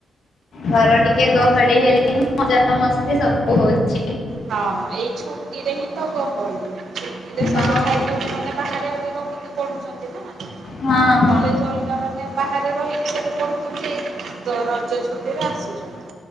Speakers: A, on the left; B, on the right.
A: ଘର ଟିକେ
B: ଆମେ
A: ଗହଳି
B: ସେମିତି
A: ହେଲେ
B: ଯାଇଥିଲୁ।
A: ହିଁ ମଜା ମସ୍ତି ସ ବୁ ହଉଚି।
B: ହଁ ଏଇ ଛୁଟିରେ ହିଁ ତ ଗହଳି। ଛୁଟିରେ
A: ହଁ
B: ସବୁ ଭାଇ ଭଉଣୀମାନେ ବାହାରେ ରହିକି ପଢୁଚନ୍ତି ନା
A: ହଁ ହଁ
B: କଲେଜ ଅଲଗାମାନେ ବାହାରେ ରହିକି ସବୁ ପଢୁଚନ୍ତି ଏଇ ଦ ରଜ ଛୁଟିରେ ଆସୁ ହ <inaudible>